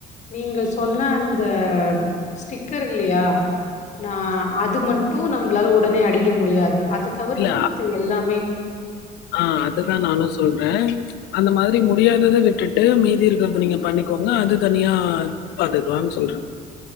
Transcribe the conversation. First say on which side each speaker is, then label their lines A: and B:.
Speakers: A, on the left; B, on the left.
A: நீங்க சொன்ன அந்த ஸ்டிக்கர் இல்லியா நா அது மட்டு நம்பளால உடனே அடிக்க முடியாது அத தவிர்த்து
B: இல்ல,
A: மத்த எல்லாமே
B: ஆ அதுதா நானு சொல்றே அந்த மாதிரி முடியாதத விட்டுட்டு மீதி இருக்கறத நீங்க பண்ணிக்கோங்க அது தனியா பாத்துக்கலான் சொல்றே